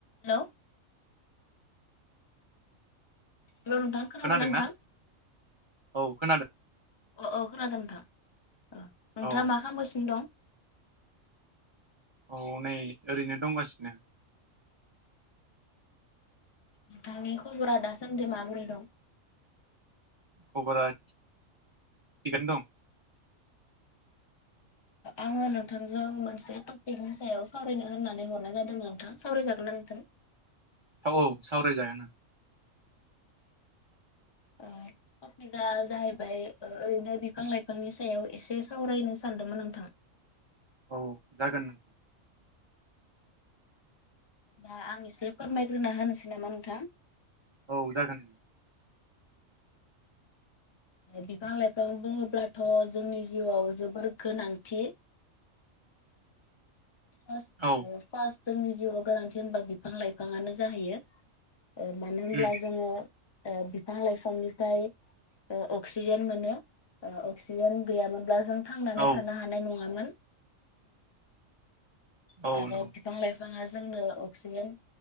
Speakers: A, on the left; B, on the right.
A: Hello hello नोंथां खोनादोंना
B: खोनादों
A: नोंथां
B: ना औ खोनादों।
A: अ औ खोनादों नोंथां। नोंथाङा
B: औ
A: मा खालामगासिनो दं?
B: औ नै ओरैनो दंगासिनो।
A: नोंथांनि खबरा दासान्दि माबोरै दं?
B: खबरा थिगानो दं।
A: आङो नोंथांजों मोनसे टपिकनि सायाव सावरायनो होननानै हरनाय जादों नोंथां सावरायजागोननाा नोंथां?
B: औ सावरायजागोन आं।
A: आरो <unintelligible> टपिकआ जाहैबाय ओरैनो बिफां लाइफांनि सायाव एसे सावरायनो सानदोंमोन नोंथां?
B: औ जागोन नोंथां।
A: दा आं एसे फोरमायग्रोना होनोसै नामा नोंथां?
B: औ जागोन।
A: बिफां लाइफां बुङोब्लाथ' जोंनि जिउआव जोबोर गोनांथि फासत
B: औ
A: ओ फार्स्ट जोंनि जिउाव गोनांथि होनबा बिफां लाइफाङानो जाहैयो। ओ मानो होनब्ला
B: उम
A: जोङो ओ बिफां लाइफांनिफ्राय ओ अक्सिजेन मोनो ओ अक्सिजेन गैयामोनब्ला जों थांनानै
B: औ
A: थानो हानाय नङामोन।
B: औ
A: आरो
B: नंगौ
A: बिफां लाइफाङा जोंनो अक्सिजेन